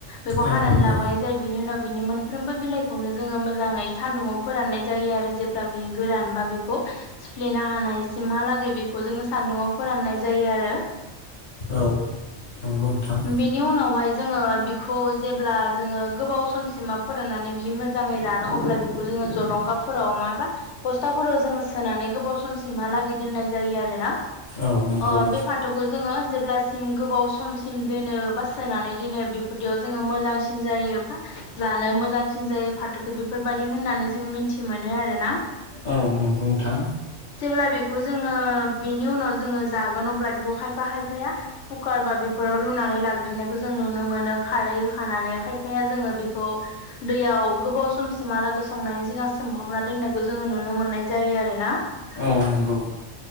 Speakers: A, on the left (about 80°); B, on the left (about 50°).
A: बेखौ
B: औ
A: हानानै
B: नंगौ
A: लाबोनाय जायो बिनि उनाव बिनि मोन बिलाइखौनो जोङो मोजाङै सान्दुंवाव फोराननाय जायो आरो जेब्ला बेयो गोरानबा बेखौ सिफ्लेना हानायसिम हालागै बेखौ जोङो सान्दुंवाव फोराननाय जायो आरो।
B: औ नंगौ नोंथां
A: बेनि उनावहाय जोङो बेखौ जेब्ला जोङो गोबाव समसिमा फोराननानै बियो मोजाङै रानो अब्ला बेखौ जोङो जलंगाफोराव माबा बस्थाफोराव जोङो सोनानै गोबाव समसिमहालागै दोननाय जायो आरोना।
B: औ नंगौ
A: अ बे फाथोखौ जोङो जेब्ला सिम गोबाव समसिम दोनो बा सोनानै दोनो बेफोरदियाव जोङो मोजांसिन जायो बा जानो मोजांसिन जायो फाथोखौ बेफोरबायदि होननानै जों मिनथि मोनो आरोना।
B: औ नंगौ नोंथां
A: जेब्ला बेखौ जोङो बेनि उनाव जोङो जागोन अब्ला बेखौ खायफा खायफाया फुकार बा बेफोराव रुनानै लाग्रोननायखौ जों नुनो मोनो खारै होखानानै खायफाया जोङो बे खौ दैयाव गोबाव समसिमहालागै संनायनि सिगां सोमहाबना दोननायखौ जोङो नुनो मोननाय जायो आरोना।
B: औ नंगौ